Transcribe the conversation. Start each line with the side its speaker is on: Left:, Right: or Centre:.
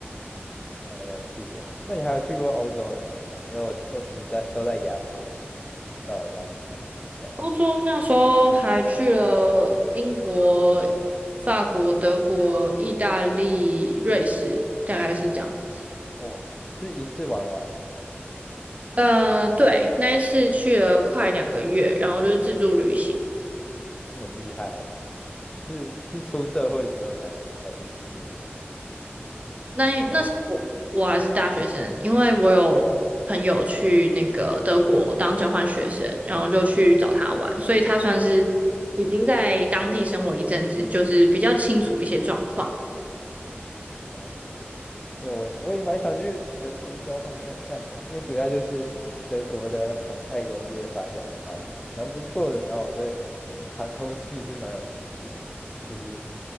Left: 蛮有趣的。那你还有去过欧洲哪里啊？因为我我只在都在亚洲绕来绕去，这样
Right: 欧洲那时候还去了英国、法国、德国、意大利、瑞士，大概是这样。子。
Left: 哦，是一次玩完哦，
Right: 呃，对，那一次去了快两个月，然后就是自助旅行。
Left: 很厉害欸是是出社会之后才才去自助旅行，
Right: 那那时候我还是大学生，
Left: 才
Right: 因为我有朋友去那个德国当交换学生，然后就去找他玩，所以他算是已经在当地生活一阵子，就是比较清楚一些状况。
Left: 了解。因为我也我也蛮想去德国交换看看的，因为主要就是德国的航太工业发展的蛮蛮不错的，然后我对航空器是蛮有兴趣的，就是